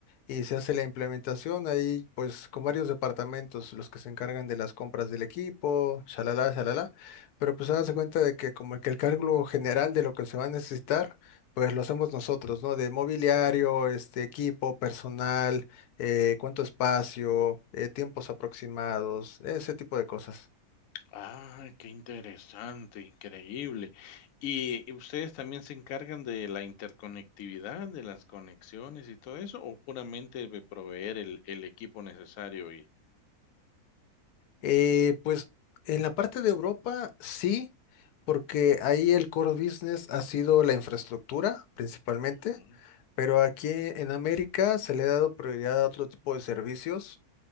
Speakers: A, on the left (about 85°); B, on the left (about 65°).
A: y se hace la implementación ahí, pues con varios departamentos, los que se encargan de las compras del equipo, shalala, shalala, pero pues se cuenta de que como que el cálculo general de lo que se va a necesitar, pues lo hacemos nosotros, ¿no? De mobiliario, este equipo, personal, eh, cuánto espacio, eh, tiempos aproximados, ese tipo de cosas.
B: Ah, qué interesante, increíble. ¿Y ustedes también se encargan de la interconectividad, de las conexiones y todo eso, o puramente de proveer el, el equipo necesario y
A: Eh, pues en la parte de Europa sí, porque ahí el core business ha sido la infraestructura principalmente,
B: Ujú,
A: pero aquí en América se le ha dado prioridad a otro tipo de servicios.